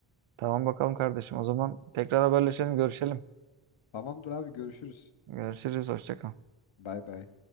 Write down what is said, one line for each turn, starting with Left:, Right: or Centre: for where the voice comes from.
Right: Tamam bakalım kardeşim. O zaman tekrar haberleşelim, görüşelim.
Left: Tamamdır abi görüşürüz.
Right: Görüşürüz, hoşça kal.
Left: Bay bay.